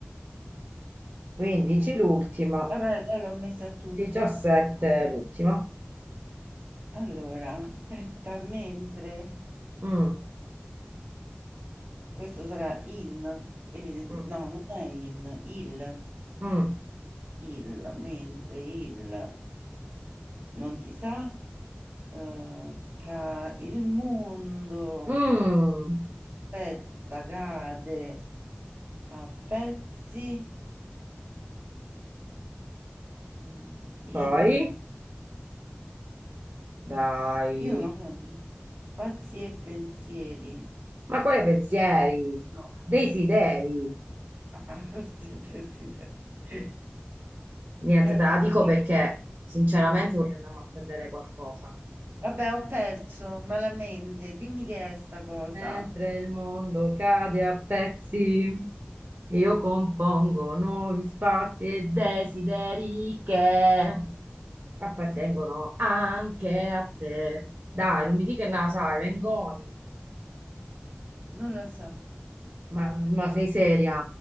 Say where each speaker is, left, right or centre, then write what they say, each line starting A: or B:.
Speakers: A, on the right; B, on the right.
A: 15 l'ultima,
B: Vabbè, lei l'ho messa a tutti.
A: 17 l'ultima.
B: Allora, aspetta, mentre
A: Mm,
B: questo sarà in, evidente,
A: mm,
B: no, non è in, il,
A: mm,
B: il, mentre il non si sa, eh, ca- il mondo.
A: mm.
B: Aspetta, cade a pezzi eh, il...
A: Poi, dai,
B: Io non ho bisogno. Spazi e pensieri.
A: ma quali pensieri?
B: No.
A: Desideri?
B: Ah, <laughs> sì, desideri. Che
A: Niente,
B: ho
A: te la
B: perso.
A: dico perché sinceramente voglio andare a prendere qualcosa.
B: Vabbè, ho perso malamente. Dimmi che è sta cosa.
A: Mentre il mondo cade a pezzi, io compongo nuovi spazi e desideri che appartengono anche a te. Dai, non mi dica na, sai, Mengoni.
B: Non lo so.
A: Ma, ma sei seria?